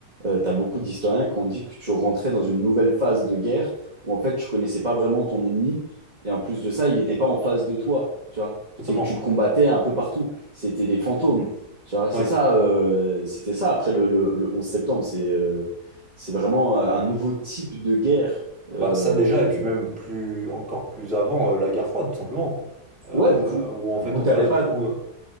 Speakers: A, on the right; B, on the right.
A: euh, tu as beaucoup d'historiens qui ont dit que tu rentrais dans une nouvelle phase de guerre où, en fait, tu connaissais pas vraiment ton ennemi, et en plus de ça, il n'était pas en face de toi, tu vois.
B: totalement.
A: C'est que tu le combattais un peu partout. C'était des fantômes. Tu vois, c'est
B: Ouais.
A: ça, euh, c'était ça après le, le- le 11 septembre. C'est euh, c'est vraiment euh, un nouveau type de guerre. euh,
B: Bah ça déjà, et puis même plus encore plus avant, euh, la guerre froide, tout simplement. Euh,
A: ouais, de fou.
B: où en fait
A: Où
B: on
A: t'avais
B: passe
A: pas
B: du coup.
A: de,
B: euh,